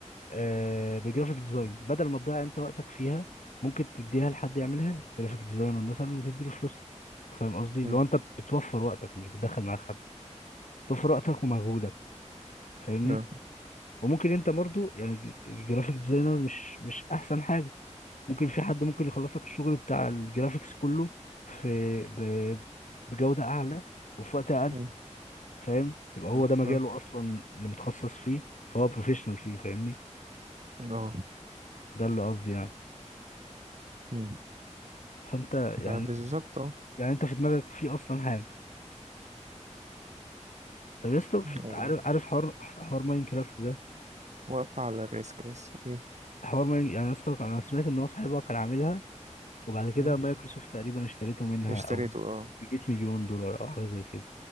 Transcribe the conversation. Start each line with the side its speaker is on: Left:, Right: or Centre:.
Left: آه، بجرافيك ديزاين بدل ما تضيع أنت وقتك فيها ممكن تديها لحد يعملها لك جرافيك ديزاينر مثلا وتديله فلوس فاهم قصدي؟
Right: مم.
Left: لو أنت بتوفر وقتك مش بتدخل معاك حد بتوفر وقتك ومجهودك فاهمني؟
Right: اه
Left: وممكن انت برضو يعني جرافيك ديزاينر مش مش احسن حاجه ممكن في حد ممكن يخلص لك الشغل بتاع الجرافيكس كله في ب... بجوده اعلى وفي وقت اقل
Right: مم.
Left: فاهم يبقى هو
Right: تمام.
Left: ده مجاله
Right: اه
Left: اصلا اللي متخصص فيه فهو بروفيشنال فيه فاهمني
Right: اه
Left: ده اللي قصدي يعني
Right: مم.
Left: فانت يعني
Right: آه، بالظبط اه
Left: يعني انت في دماغك في اصلا حاجه طب يا اسطى في-
Right: مم.
Left: عارف عارف حوار حوار ماين كرافت ده
Right: واقفة على الريسك بس ايه
Left: حوار ماين يعني يا اسطى انا سمعت ان هو صاحبها كان عاملها وبعد كده
Right: مم.
Left: مايكروسوفت تقريبا اشتريته منها
Right: اشتريته
Left: او ب
Right: اه
Left: 100 مليون دولار او حاجه زي كده